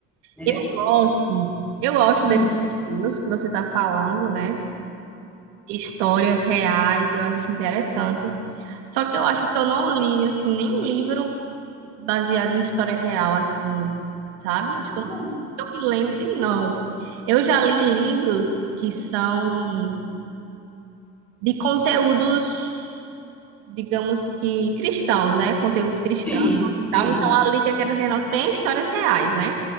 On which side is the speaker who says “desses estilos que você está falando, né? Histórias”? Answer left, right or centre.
Right